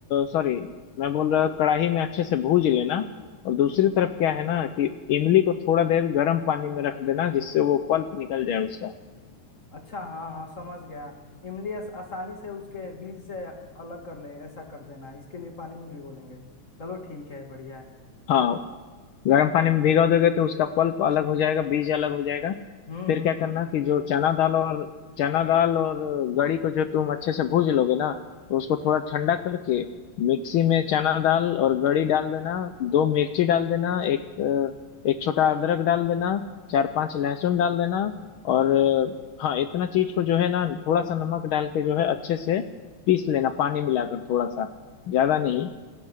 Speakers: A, on the left; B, on the left.
A: सॉरी मैं बोल रहा कढ़ाई में अच्छे से भूज लेना और दूसरी तरफ क्या है ना कि इमली को थोड़ा देर गर्म पानी में रख देना जिससे वो पल्प निकल जाए उसका
B: अच्छा हाँ हाँ समझ गया इमली आस, आसानी से उसके बीज से अलग कर लें ऐसा कर देना इसके लिए पानी में भिगो लेंगे चलो ठीक है बढ़िया है
A: हाँ गर्म पानी में भिगा दोगे तो उसका पल्प अलग हो जाएगा बीज अलग हो जाएगा
B: हम्म
A: फिर
B: हम्म
A: क्या करना
B: हम्म।
A: कि जो चना दाल और चना दाल और गड़ी को जो तुम अच्छे से भूज लोगे ना तो उसको थोड़ा ठंडा करके मिक्सी में चना दाल और गड़ी डाल देना दो मिर्ची डाल देना एक अ, एक छोटा अदरक डाल देना चार पांच लहसुन डाल देना और अ, हाँ इतना चीज को जो है ना थोड़ा सा नमक डाल के जो है अच्छे से पीस लेना पानी मिलाकर थोड़ा सा ज्यादा
B: अ-
A: नहीं